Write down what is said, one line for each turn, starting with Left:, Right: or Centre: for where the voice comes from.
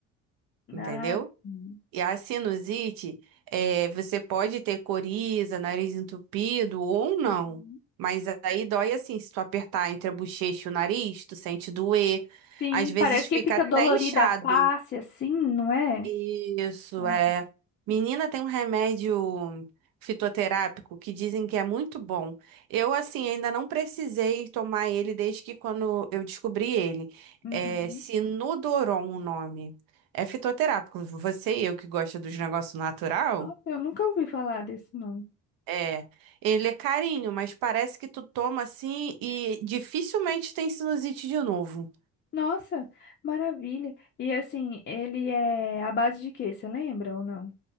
Right: entendeu?
Left: Ah, sim.
Right: E a sinusite, é, você pode ter coriza, nariz entupido ou não.
Left: Uhum.
Right: Mas aí dói assim, se tu apertar entre a bochecha e o nariz, tu sente doer.
Left: Sim,
Right: Às vezes
Left: parece
Right: fica
Left: que fica
Right: até
Left: dolorida
Right: inchado.
Left: a face, assim, não é?
Right: Isso
Left: Ah,
Right: é. Menina, tem um remédio fitoterápico que dizem que é muito bom. Eu, assim, ainda não precisei tomar ele desde que quando eu descobri ele.
Left: uhum.
Right: É Sinudoron o nome. É fitoterápico. Você e eu que gosta dos negócios natural,
Left: Nossa, eu nunca ouvi falar desse nome.
Right: é. Ele é carinho, mas parece que tu toma assim e dificilmente tem sinusite de novo.
Left: Nossa, maravilha. E assim, ele é à base de quê? Você lembra ou não?